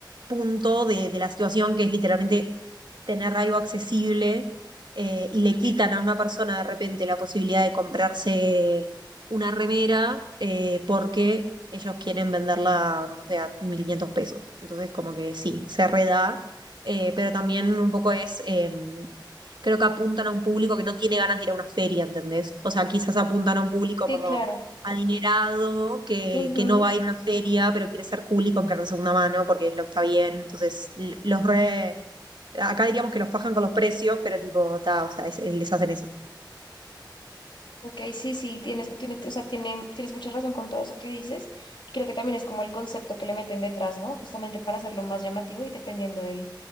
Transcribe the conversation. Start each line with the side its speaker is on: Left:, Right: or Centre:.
Right: punto de, de la situación que es literalmente tener algo accesible eh, y le quitan a una persona de repente la posibilidad de comprarse una remera eh, porque ellos quieren venderla, no sé, a 1.500 pesos. Entonces, como que sí, se reda, eh, pero también un poco es, eh, creo que apuntan a un público que no tiene ganas de ir a una feria, ¿entendés? O sea, quizás apuntan a un público
Left: Sí,
Right: como
Left: claro.
Right: adinerado, que,
Left: Ujú.
Right: que no va a ir a una feria, pero quiere ser cool y comprar de segunda mano porque es lo que está bien. Entonces, l- los re
Left: Exacto.
Right: Acá diríamos que los fajan con los precios, pero tipo, ta, o sea, es- es- les hacen eso.
Left: Ok, sí, sí, tienes, tienes, o sea, tiene, tienes mucha razón con todo eso que dices. Creo que también es como el concepto que le meten detrás, ¿no? Justamente para hacerlo más llamativo y dependiendo del,